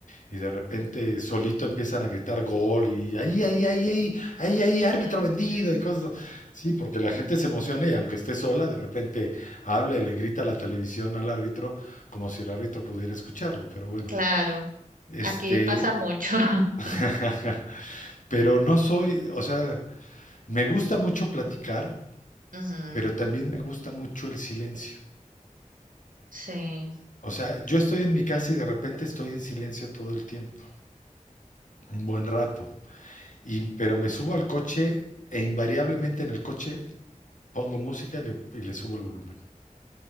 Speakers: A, on the left; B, on the right.
A: y de repente solito empiezan a gritar gol y ahí, ahí, ahí, ahí, ahí, ahí, árbitro
B: <laughs>
A: vendido y cosas. Sí, porque la gente se emociona y aunque esté sola, de repente habla y le grita a la televisión al árbitro como si el árbitro pudiera escucharlo, pero bueno.
B: Claro,
A: Este,
B: aquí pasa mucho. <laughs>
A: <laughs> pero no soy, o sea, me gusta mucho platicar,
B: Ujú,
A: pero también me gusta mucho el silencio.
B: Sí.
A: O sea, yo estoy en mi casa y de repente estoy en silencio todo el tiempo, un buen rato. Y, pero me subo al coche e invariablemente en el coche pongo música y le, y le subo el volumen.